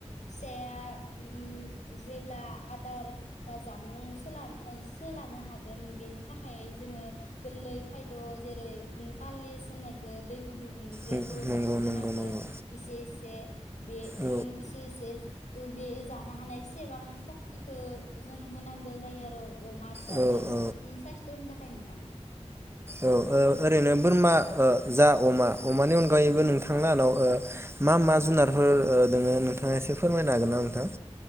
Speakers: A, on the left (about 85°); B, on the right (about 20°).
A: फिसाया ओम जेब्ला आदार बा जामुं सोला सोलानो हागोन बेनि थाखाय जोङो गोरलै खायद' जेरै पालिस होननायखौ दै गुदुंजो
B: नंगौ
A: होबा होनांगौ
B: नंगौ नंगौ
A: एसे एसे बे
B: औ
A: ओं इसे इसे ओ बे जानो हानाय सेबां हक्तिखौ जों होनांगौ जायो आरो अमा फिसानो
B: औ औ
A: उम साइस्थ'नि थाखाय नोंथां
B: औ ओ ओरैनो बोरमा ओ जा अमा अमानि अनगायैबो नोंथांलाहानाव ओ मा मा जुनारफोर ओ दोङो नोंथाङा एसे फोरमायनो हागोन ना नोंथां